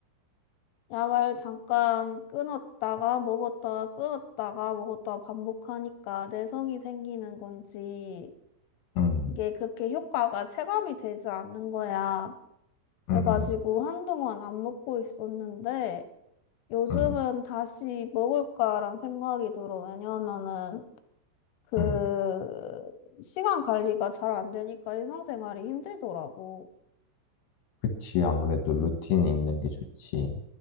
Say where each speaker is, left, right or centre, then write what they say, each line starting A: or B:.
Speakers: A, on the left; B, on the left.
A: 약을 잠깐 끊었다가 먹었다가 끊었다가 먹었다가 반복하니까 내성이 생기는 건지
B: 음,
A: 이게 그렇게 효과가 체감이 되지 않는 거야 그래가지고
B: 음, 음.
A: 한동안 안 먹고 있었는데 요즘은
B: 응,
A: 다시 먹을까란 생각이 들어. 왜냐면은 그
B: 응.
A: 시간 관리가 잘 안 되니까 일상생활이 힘들더라고.
B: 그치. 아무래도 루틴이 있는 게 좋지.